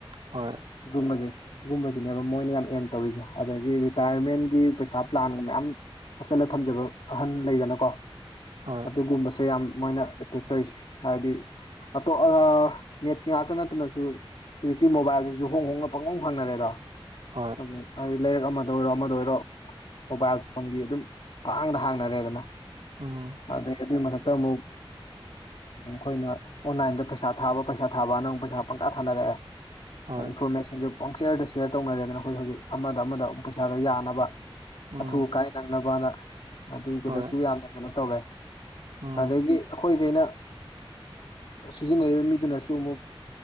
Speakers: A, on the right; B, on the left.
A: ꯍꯣꯏ
B: ꯁꯤꯒꯨꯝꯕꯁꯦ ꯁꯤꯒꯨꯝꯕꯁꯦ ꯁꯤꯅꯦꯕ ꯃꯣꯏꯅ ꯌꯥꯝ ꯑꯦꯝ ꯇꯧꯔꯤꯁꯦ ꯑꯗꯒꯤ ꯔꯤꯇꯥꯌꯔꯃꯦꯟꯒꯤ ꯄꯩꯁꯥ ꯄ꯭ꯂꯥꯟꯒ ꯃꯌꯥꯝ ꯍꯥꯞꯆꯜꯂ ꯊꯝꯖꯕ ꯑꯍꯟ ꯂꯩꯗꯅꯀꯣ
A: ꯍꯣꯏ
B: ꯑꯗꯨꯒꯨꯝꯕꯁꯦ ꯌꯥꯝ ꯃꯣꯏꯅ ꯑꯦꯇꯦꯛ ꯇꯧꯔꯤꯁꯦ ꯍꯥꯏꯗꯤ ꯑꯇꯣꯞ ꯅꯦꯠꯀꯤ ꯉꯥꯛꯇ ꯅꯠꯇꯅꯁꯨ ꯍꯧꯖꯤꯛꯇꯤ ꯃꯣꯕꯥꯏꯜꯁꯤꯁꯨ ꯍꯣꯡ ꯍꯣꯡꯅ ꯄꯪꯉꯝ ꯐꯪꯅꯔꯦꯗꯣ
A: ꯍꯣꯏ
B: ꯎ ꯍꯥꯏꯗꯤ ꯂꯩꯔꯛ ꯑꯃꯗ ꯑꯣꯏꯔꯣ ꯑꯃꯗ ꯑꯣꯏꯔꯣ ꯃꯣꯕꯥꯏꯜ ꯐꯣꯟꯒꯤ ꯑꯗꯨꯝ ꯄꯥꯡꯗ ꯍꯥꯡꯅꯔꯦꯗꯅ
A: ꯑꯣ
B: ꯑꯗ ꯑꯗꯨꯢ ꯃꯊꯛꯇ ꯑꯃꯨꯛ ꯑꯩꯈꯣꯏꯅ ꯑꯣꯟꯂꯥꯏꯟꯗ ꯄꯩꯁꯥ ꯊꯥꯕ ꯄꯩꯁꯥ ꯊꯥꯕꯅꯪꯛ ꯄꯩꯁꯥ ꯄꯪꯀꯥ ꯊꯥꯅꯔꯛꯑꯦ
A: ꯍꯣꯏ
B: ꯏꯟꯐꯣꯔꯃꯦꯁꯟꯁꯨ ꯄꯪꯆꯔꯗ ꯁꯤꯌꯔ ꯇꯧꯅꯔꯦꯗꯅ ꯑꯩꯈꯣꯏ ꯍꯧꯖꯤꯛ ꯑꯃꯗ ꯑꯃꯗ ꯄꯩꯁꯥꯗꯣ ꯌꯥꯅꯕ
A: ꯎꯝ
B: ꯑꯊꯨ ꯑꯀꯥꯏ ꯅꯪꯅꯕꯅ ꯑꯗꯨꯗꯁꯨ
A: ꯍꯣꯏ
B: ꯌꯥꯝꯅ ꯀꯩꯅꯣ ꯇꯧꯔꯦ
A: ꯎꯝ
B: ꯑꯗꯒꯤ ꯑꯩꯈꯣꯏꯈꯩꯅ ꯁꯤꯖꯤꯟꯅꯔꯤꯕ ꯃꯤꯗꯨꯅꯁꯨ ꯑꯃꯨꯛ